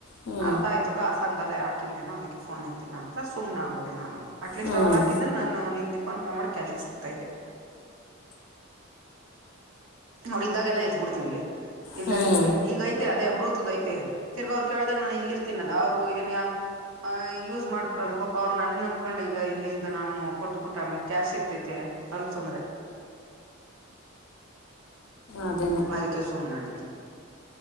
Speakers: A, on the left; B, on the right.
A: ಹ್ಞೂ
B: ಅರ್ಥ ಆಯ್ತು ಕಾಸಂಗಾರ ಹಾಕಿಲ್ವೇನೋ ಅದಕ್ಕೆ ಫೋನ್ ಎತ್ತಿಲ್ಲ ಅಂತ ಸುಮನೆ ಆಗೋದೆ ನಾನು ಅಟ್ ಲೀಸ್ಟ್
A: ಹ್ಞೂ
B: ಅವ್ ಹಾಕಿದ್ರ ನು ನಿಂಗೆಫೋನ್ ಪೇ ಮಾಡಿ ಕ್ಯಾಶ್ ಇ ಗ್ದೆ ನೋಡಿದ್ದಾಗೆಲ್ಲ ಎತ್ಬಿಡ್ತೀವಿ ಇಲ್ದಾಗ
A: ಹ್ಞೂ
B: ಹಿಂಗೆ ಈಗ ಐತೆ ಅದೇ ಅಮೃತದ ಐತೆ ತಿರ್ಗ ಅವ್ರು ಕೇಳ್ದಾಗ ನಾನ ಇಲ್ಲಿರ್ ತಿನ್ನದ ಅವ್ರು ಏನ್ಯ ಆ್ ಯೂಸ್ ಮಾಡ್ಕೊಂಡ ಪಾಪ ಅವ್ರು ನನೇ ನಂಬಕೊಂಡ್ ಈಗ ಇಲ್ಲಿಂದ ನಾನು ಕೊಟ್ಬಿಟ್ಟ ಆಮೇಲೆ ಕ್ಯಾಶ್ ಇರ್ತ ತಿತೆ ಅರ ಚಂದ್ರೆ
A: ಅದೇನೆ
B: ಅದಕ್ಕೆ ಸುಮನೆ